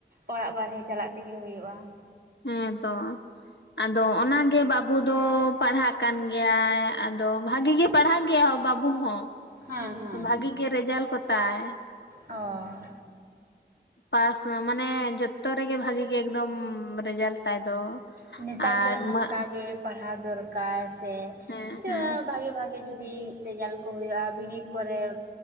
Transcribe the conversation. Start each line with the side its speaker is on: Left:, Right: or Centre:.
Right: ᱚᱲᱟᱜ ᱵᱟᱦᱨᱮ ᱪᱟᱞᱟᱜ ᱛᱮᱜᱮ ᱦᱩᱭᱩᱜᱼᱟ ᱾
Left: ᱦᱮᱸ ᱛᱚ ᱾ ᱟᱫᱚ ᱚᱱᱟᱜᱮ ᱵᱟᱹᱵᱩ ᱫᱚ ᱯᱟᱲᱦᱟᱜ ᱠᱟᱱ ᱜᱮᱭᱟᱭ ᱟᱫᱚ ᱵᱷᱟᱜᱤ ᱜᱮ ᱯᱟᱲᱦᱟᱜ ᱜᱮᱭᱟ ᱵᱟᱹᱵᱩ ᱦᱚᱸ
Right: ᱦᱮᱸ ᱦᱮᱸ
Left: ᱵᱷᱟᱜᱤ ᱜᱮ ᱨᱮᱡᱟᱞᱴ ᱠᱚᱛᱟᱭ ᱾
Right: ᱚᱻ
Left: ᱯᱟᱥ ᱢᱟᱱᱮ ᱡᱚᱛᱚ ᱨᱮᱜᱮ ᱵᱷᱟᱹᱜᱤ ᱜᱮ ᱮᱠᱫᱚᱢ ᱨᱮᱡᱟᱞᱴ ᱛᱟᱭ ᱫᱚ,
Right: ᱱᱮᱛᱟᱨ
Left: ᱟᱨ
Right: ᱫᱚ ᱱᱚᱝᱠᱟ
Left: ᱢᱟᱹᱭ
Right: ᱜᱮ ᱯᱟᱲᱦᱟᱣ ᱫᱚᱨᱠᱟᱨ ᱥᱮ
Left: ᱦᱮᱸ
Right: ᱡᱟᱹ
Left: ᱦᱮᱸ
Right: ᱵᱷᱟᱹᱜᱤ ᱵᱷᱟᱹᱜᱤ ᱡᱩᱫᱤ ᱨᱮᱡᱟᱞᱴ ᱠᱚ ᱦᱩᱭᱩᱜᱼᱟ ᱵᱤᱱᱤᱰ ᱠᱚᱨᱮ